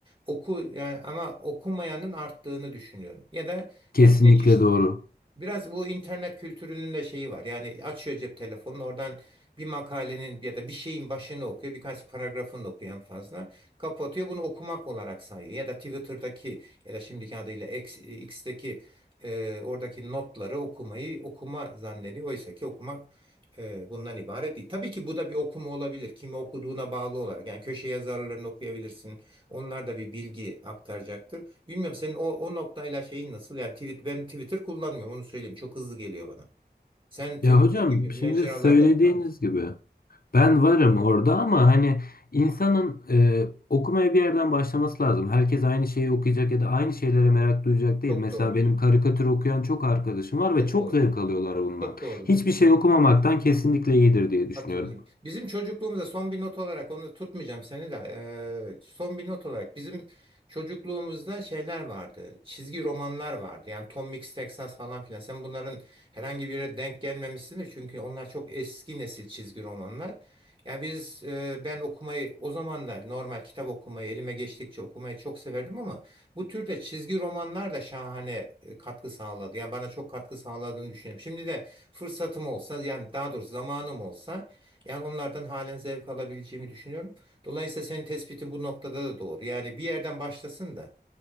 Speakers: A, on the right; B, on the left.
A: oku yani ama okumayanın arttığını düşünüyorum. Ya da
B: Kesinlikle
A: yani geçiştiriyor.
B: doğru.
A: Biraz bu internet kültürünün de şeyi var. Yani açıyor cep telefonunu oradan bir makalenin ya da bir şeyin başını okuyor. Birkaç paragrafını okuyor en fazla. Kapatıyor bunu okumak olarak sayıyor. Ya da Twitter'daki ya da şimdiki adıyla X, X'teki e, oradaki notları okumayı okuma zannediyor. Oysa ki okumak e, bundan ibaret değil. Tabii ki bu da bir okuma olabilir. Kimi okuduğuna bağlı olarak. Yani köşe yazarlarını okuyabilirsin. Onlar da bir bilgi aktaracaktır. Bilmiyorum senin o, o noktayla şeyin nasıl? Yani tweet, ben Twitter kullanmıyorum onu söyleyeyim. Çok hızlı geliyor bana. Sen Twitter
B: Ya hocam
A: gibi mecralarda
B: şimdi söylediğiniz
A: var mısın?
B: gibi ben
A: Hı,
B: varım orada ama hani insanın e, okumaya bir yerden başlaması lazım. Herkes aynı şeyi okuyacak ya da aynı şeylere merak duyacak
A: çok
B: değil. Mesela
A: doğrusun.
B: benim karikatür okuyan çok arkadaşım var ve
A: Çok
B: çok
A: doğru.
B: zevk alıyorlar bundan.
A: Çok doğru.
B: Hiçbir şey okumamaktan kesinlikle iyidir diye düşünüyorum.
A: Katılıyorum. Bizim çocukluğumuzda son bir not olarak onu tutmayacağım seni de eee, son bir not olarak bizim çocukluğumuzda şeyler vardı. Çizgi romanlar vardı. Yani Tom Mix Texas falan filan. Sen bunların herhangi birine denk gelmemişsindir. Çünkü onlar çok eski nesil çizgi romanlar. Ya biz eee, ben okumayı o zaman da normal kitap okumayı elime geçtikçe okumayı çok severdim ama bu türde çizgi romanlar da şahane e, katkı sağladı. Yani bana çok katkı sağladığını düşünüyorum. Şimdi de fırsatım olsa yani daha doğrusu zamanım olsa yani onlardan halen zevk alabileceğimi düşünüyorum. Dolayısıyla senin tespitin bu noktada da doğru. Yani bir yerden başlasın da